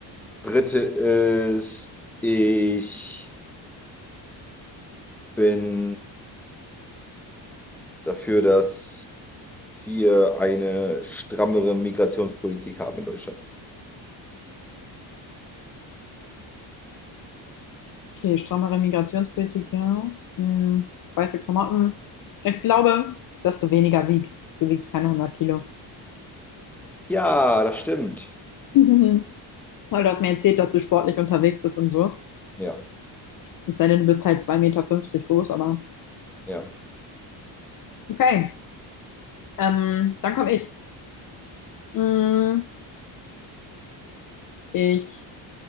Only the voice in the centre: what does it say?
dritte ist, ich bin dafür, dass wir eine strammere Migrationspolitik haben in Deutschland.
Ja, das stimmt.
Ja,
ja.